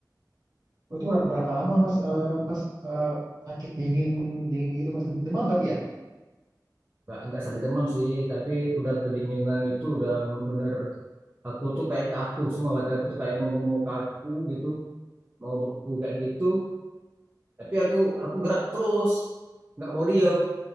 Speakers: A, on the right; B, on the right.
A: Oh, itu berapa, berapa lama Mas Eh, Mas eh, sakit dingin dingin gitu Mas Dem- demam berarti ya?
B: Nggak, nggak sampai demam sih, tapi udah kedinginan itu udah memang bener. Aku tuh kayak kaku semua, badan aku tuh kayak mau mau, mau kaku gitu, mau beku kayak gitu. Tapi aku aku gerak terus, nggak mau diem